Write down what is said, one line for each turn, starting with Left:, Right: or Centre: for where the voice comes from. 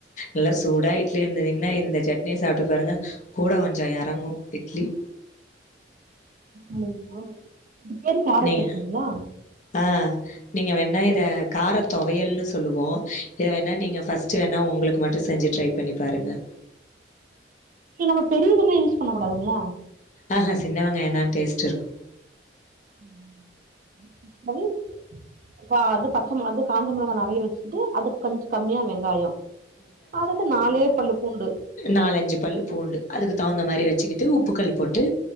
Left: நல்ல சூடா இ ட்லி இருந்திங்கன்னா இந்த சட்னிய சாப்ட்டு பாருங்க கூட கொஞ்சோ இறங்கு இட்லி
Right: இறங்குமா இது பேரு கார
Left: நீங்க
Right: சட்னிங்களா
Left: ஆ நீங்க வேணா இத கார துவையல்ன்னு சொல்லுவோ இது வேணா நீங்க ஃபர்ஸ்ட்டு வேணா உங்களுக்கு மட்டு செஞ்சு ட்ரை பண்ணி பாருங்க
Right: இத நம்ம பெரிய வெங்காயம் யூஸ் பண்ண கூடாதுங்களா
Left: ஆ ஆ சின்ன வெங்காயம் தா டேஸ்ட் இருக்
Right: ம் அது பா பச்ச மெளகா அது காஞ்ச மெளகா நெறைய வச்சிட்டு அது கொஞ்சோ கம்மியா வெங்காயோ அதுகு நாலே பல்லு பூண்டு
Left: நாலு அஞ்சு பல்லு பூண்டு அதுக்கு தகுந்த மாரி வச்சிகிட்டு உப்பு கல் போட்டு